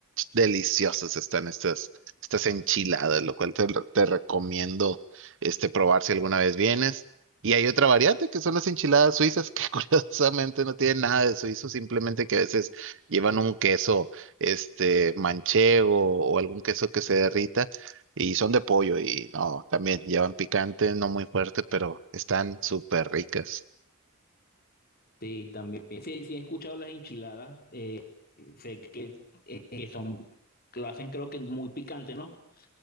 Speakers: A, on the right; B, on the left.
A: deliciosas están estas, estas enchiladas, lo cual te, te recomiendo este, probar si alguna vez vienes. Y hay otra variante que son las enchiladas suizas, que <laughs> curiosamente no tienen nada de suizo, simplemente que a veces llevan un queso este, manchego o algún queso que se derrita y son de pollo y no, también llevan picante, no muy fuerte, pero están súper ricas.
B: Sí, también. Sí, sí, he escuchado las enchiladas. eh, sé que, eh, que son, que lo hacen creo que muy picante, ¿no?